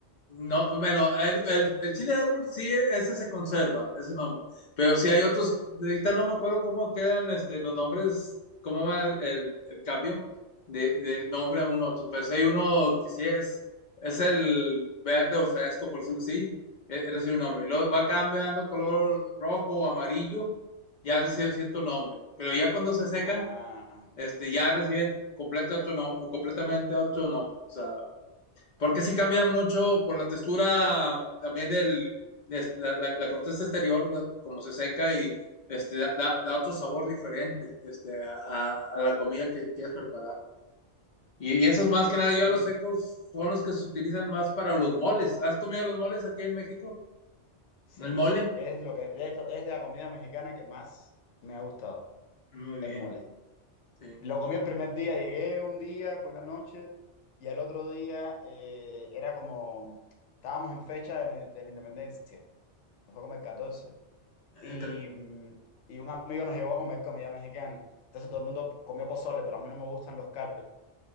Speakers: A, on the left; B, on the left.
A: No, bueno, el, el, el chile de árbol sí, ese se conserva, ese nombre. Pero sí hay otros, ahorita no me acuerdo cómo quedan este, los nombres, cómo va el, el- el cambio de- del nombre a uno a otro. Pero sí hay uno que sí es, es el verde o fresco, por decirlo así, e- e- recibe un nombre. Y luego va cambiando color rojo o amarillo, ya recibe cierto nombre. Pero ya cuando se secan,
B: Ah,
A: este, ya reciben completa otro nom- completamente otro nombre. O sea, porque sí cambia mucho por la textura también del, de la, la, la, corteza exterior, como se seca y este, da, da da otro sabor diferente este, a, a a la comida que quieras preparar. Y, y, esos más que nada, yo
B: y
A: a los secos son los que se utilizan más para los moles. ¿Has comido los moles aquí en México?
B: sí,
A: ¿El mole?
B: es lo que, de hecho, es la comida mexicana que más me ha gustado,
A: Muy bien,
B: el mole.
A: sí.
B: Lo comí el primer día, llegué un día por la noche y al otro día eh, era como, estábamos en fecha de, la de la independencia, fue como el 14
A: El,
B: y, mm, y un amigo nos llevó a comer comida mexicana. Entonces todo el mundo comió pozole, pero a mí no me gustan los caldos.